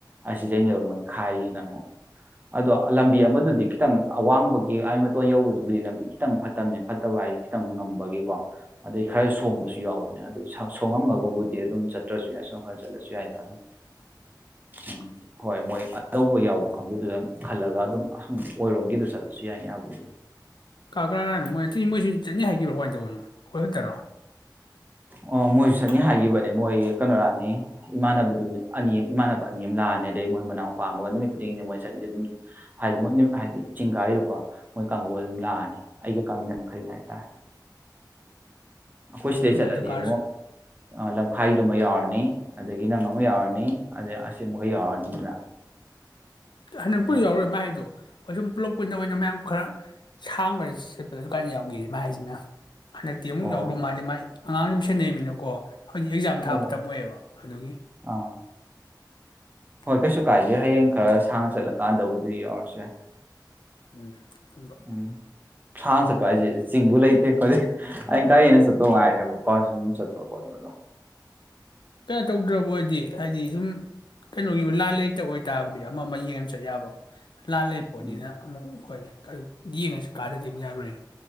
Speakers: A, on the right; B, on the left.
A: ꯑꯁꯤꯗꯩꯅꯦꯕ ꯃꯣꯏ ꯈꯥꯏꯔꯤꯁꯤꯅ ꯑꯃꯨꯛ ꯑꯗꯣ ꯂꯝꯕꯤ ꯑꯃꯗꯨꯗꯤ ꯈꯤꯇꯪ ꯑꯋꯥꯡꯕꯒꯤ ꯑꯥꯏ ꯃꯇꯣꯟ ꯌꯧꯕꯗꯨꯕꯨꯗꯤ ꯂꯝꯕꯤ ꯈꯤꯇꯪ ꯐꯠꯇꯕꯅꯦ ꯐꯠꯇꯕ ꯍꯥꯏꯗꯤ ꯈꯤꯇꯪ ꯉꯝꯕꯒꯤꯀꯣ ꯑꯗꯩ ꯈꯔ ꯁꯣꯡꯕꯁꯨ ꯌꯥꯎꯕꯅꯦ ꯑꯗꯨ ꯁꯣꯉꯝꯃꯒꯕꯨꯗꯤ ꯑꯗꯨꯝ ꯆꯠꯇ꯭ꯔꯁꯨ ꯌꯥꯏ ꯁꯣꯝꯀꯜ ꯆꯠꯂꯁꯨ ꯌꯥꯏꯗ ꯑꯗꯨꯝ ꯎꯝ ꯍꯣꯏ ꯃꯣꯏ ꯑꯅꯧꯕ ꯌꯥꯎꯕ ꯀꯥꯡꯕꯨꯗꯨꯗ ꯈꯜꯂꯒ ꯑꯗꯨꯝ ꯑꯁꯨꯝ ꯑꯣꯏꯔꯣꯝꯒꯤꯗꯨ ꯆꯠꯂꯁꯨ ꯌꯥꯏꯅꯤ ꯍꯥꯏꯕꯨꯗꯤ
B: ꯀꯞꯔꯥꯅ ꯃꯣꯏ ꯃꯣꯏꯁꯤ ꯆꯠꯅꯤ ꯍꯥꯏꯕꯤꯔꯣ ꯀꯃꯥꯏꯅ ꯇꯧꯕꯅꯣ ꯑꯩꯈꯣꯏ ꯍꯛꯇꯔꯣ
A: ꯑꯣ ꯃꯣꯏꯁꯨ ꯆꯠꯅꯤ ꯍꯥꯏꯈꯤꯕꯅꯦ ꯃꯣꯏ ꯀꯩꯅꯣꯔꯥꯛꯑꯅꯤ ꯏꯃꯥꯟꯅꯕꯗꯨ ꯑꯅꯤ ꯏꯃꯥꯟꯅꯕ ꯑꯅꯤ ꯑꯃ ꯂꯥꯛꯑꯅꯤ ꯑꯗꯩ ꯃꯣꯏ ꯃꯅꯥꯎꯨꯄꯥ ꯑꯃꯒ ꯅꯨꯃꯤꯠ ꯈꯨꯗꯤꯡꯒꯤꯗꯤ ꯃꯣꯏ ꯆꯠꯂꯤꯁꯦ ꯑꯗꯨꯝ ꯍꯥꯏꯗꯤꯃꯤꯠ ꯍꯥꯏꯗꯤ ꯆꯤꯡꯒꯥꯔꯤꯗꯨꯀꯣ ꯃꯣꯏ ꯀꯥꯡꯒꯣꯜ ꯑꯗꯨꯝ ꯂꯥꯛꯑꯅꯤ ꯑꯩꯒ ꯀꯥꯃꯤꯟꯅ ꯃꯈꯩ ꯍꯥꯏꯇꯥꯔꯦ ꯑꯩꯈꯣꯏ ꯁꯤꯗꯩ
B: ꯍꯣꯏ ꯑꯗꯨꯃꯥꯏꯅ
A: ꯆꯠꯂꯗꯤ
B: ꯇꯧ ꯀꯥꯔꯁꯨ
A: ꯑꯃꯨꯛ ꯂꯝꯈꯥꯏꯗꯨꯃ ꯌꯥꯎꯔꯅꯤ ꯑꯗꯒꯤ ꯅꯪ ꯑꯃꯨ ꯌꯥꯎꯔꯅꯤ ꯑꯗ ꯑꯁꯤ ꯑꯃꯒ ꯌꯥꯎꯔꯅꯤꯗꯅ
B: ꯍꯟꯗꯛꯄꯨꯗꯤ
A: ꯍꯣꯏ
B: ꯌꯥꯎꯔꯣꯏ ꯃꯥꯩꯗꯣ ꯑꯩꯣꯏ ꯁꯨꯝ ꯄꯨꯂꯞ ꯑꯣꯏꯅ ꯑꯣꯏꯅ ꯃꯌꯥꯝ ꯈꯔ ꯁꯥꯡꯕꯗ ꯁꯦꯠꯄꯗꯁꯨ ꯀꯥꯏꯅ ꯌꯥꯎꯈꯤ ꯃꯍꯩꯁꯤꯅ ꯍꯟꯗꯛꯇꯤ ꯑꯃꯨꯛ
A: ꯑꯣ
B: ꯌꯥꯎꯗꯧ ꯃꯥꯜꯁꯦ ꯃꯥꯥꯏ ꯑꯉꯥꯡ ꯅꯨ ꯁꯦꯟꯅꯩꯃꯤꯅꯀꯣ ꯍꯧꯛ ꯑꯦꯛꯖꯥꯝ ꯊꯥ
A: ꯑꯣ
B: ꯃꯇꯝ ꯑꯣꯏꯌꯦꯕ ꯑꯗꯨꯒꯤ
A: ꯑꯥ ꯍꯣꯏ ꯀꯩꯁꯨ
B: ꯎꯝ
A: ꯀꯥꯏꯗꯦ ꯍꯌꯦꯡ ꯈꯔ ꯁꯥꯡꯅ ꯆꯠꯂꯀꯥꯟꯗꯕꯨꯗꯤ ꯌꯥꯎꯔꯁꯦ
B: ꯎꯝ ꯑꯗꯨꯝꯕ
A: ꯎꯝ ꯊꯥꯟꯁ ꯄꯥꯏꯖꯦ ꯆꯤꯡꯕꯨ ꯂꯩꯇꯦ ꯍꯧꯖꯤ ꯑ ꯀꯒꯥꯔꯤꯅ ꯆꯠꯇꯧ ꯉꯥꯏꯔꯦꯕꯀꯣ ꯁꯨꯝ ꯆꯠꯄ ꯈꯣꯠꯄꯗꯣ
B: ꯀꯩꯅ ꯇꯧꯗ꯭ꯔꯕ ꯑꯣꯏꯔꯗꯤ ꯍꯥꯏꯗꯤ ꯁꯨꯝ ꯀꯩꯅꯣꯒꯤꯕꯨ ꯂꯥꯥꯟ ꯂꯩꯇꯕ ꯑꯣꯏꯇꯥꯔꯕꯗꯤ ꯑꯃ ꯑꯃ ꯌꯦꯡꯉ ꯆꯠ ꯌꯥꯕ ꯂꯥ ꯂꯩ ꯄꯣꯅꯤꯅ
A: ꯎꯝ
B: ꯑꯃꯨꯛ ꯑꯩꯈꯣꯏꯅꯦ ꯌꯦꯡꯉꯁꯨ ꯀꯥꯗꯗꯤ ꯑꯃꯨꯛ ꯌꯥꯔꯣꯏ